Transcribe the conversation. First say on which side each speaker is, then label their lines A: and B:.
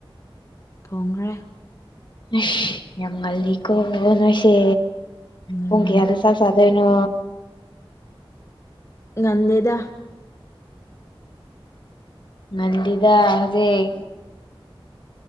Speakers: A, on the left; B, on the left.
A: ꯊꯣꯡꯈ꯭ꯔꯦ
B: ꯑ ꯌꯥꯝ ꯃꯜꯜꯂꯤꯀꯣ ꯅꯁꯦ
A: ꯉꯟ
B: ꯑꯣꯀꯦ ꯑ ꯁꯥ ꯁꯥꯗꯅꯣ
A: ꯉꯗꯦꯗ
B: ꯉꯟꯗꯤꯗ ꯍꯧꯖꯤꯛ